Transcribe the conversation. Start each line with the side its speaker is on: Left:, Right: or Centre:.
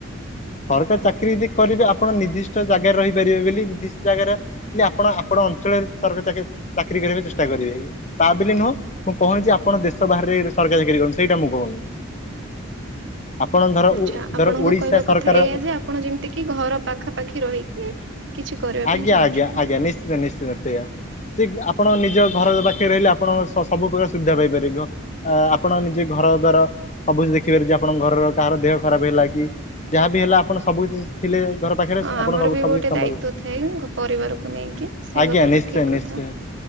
Left: ସରକାରୀ ଚାକିରୀ ଯଦି କରିବେ ଆପଣ ନିର୍ଦ୍ଦିଷ୍ଟ ଜାଗାରେ ରହିପାରିବେ ବେଲି ନିର୍ଦ୍ଦିଷ୍ଟ ଜାଗାରେ ବୋଲି ଆପଣ ଆପ ଆପଣ ଅଞ୍ଚଳରେ ସରକାରୀ ଚାକିରୀ ଚାକିରୀ କରିବାକୁ ଚେଷ୍ଟା କରିବେ। ତା ବୋଲି ନୁହଁ ମୁଁ କହୁନି ଯେ ଆପଣ ଦେଶ ବାହାରେ ରେ ସରକାରୀ ଚାକିରୀ କରନ୍ତୁ ସେଇଟା ମୁଁ କହୁନି। ଆପଣ ଧର
Right: ଆଚ୍ଛା।
Left: ଓ
Right: ଆପଣଙ୍କ
Left: ଧର ଓଡିଶା
Right: କହିବା
Left: ସରକାର
Right: କଥା ଏଇଆ ଯେ ଆପଣ ଯେମିତି କିି ଘର ପାଖାପାଖି ରହିକି କିଛି କରିବା
Left: ଆଜ୍ଞା
Right: ପାଇଁ ଚାହୁଁଛନ୍ତି।
Left: ଆଜ୍ଞା ଆଜ୍ଞା ନିଶ୍ଚିତ ନିଶ୍ଚିତ ସେୟା। ଚିକ୍ ଆପଣ ନିଜ ଘର ପାଖରେ ରହିଲେ ଆ ଆପଣଙ୍କ ସ-ସବୁ ପ୍ରକାର ସୁବିଧା ପାଇପାରିବେ। ଆ-ଆପଣ ନିଜେ ଘର ଦ୍ଵାର ସବୁ କିଛି ଦେଖିପାରେବେ ଯେ ଆପଣଙ୍କ ଘର ଘରର କାହାର ଦେହ ଖରାପ ହେଲା କି, ଯାହାବି ହେଲା ଆପଣ ସବୁ କିଛି ଥିଲେ ଘର ପାଖରେ
Right: ହଁ
Left: ଆପଣ
Right: ଆମର
Left: ସବୁ
Right: ବି
Left: ସବୁ
Right: ଗୋଟେ
Left: କିଛି ସମ୍ଭବ
Right: ଦାୟିତ୍ୱ ଥାଏ ପରିବାରକୁ ନେଇ କି ସେଇ
Left: ଆଜ୍ଞା
Right: କଥା
Left: ନିଶ୍ଚୟ
Right: ତ ଠିକ
Left: ନିଶ୍ଚୟ।
Right: କଥା।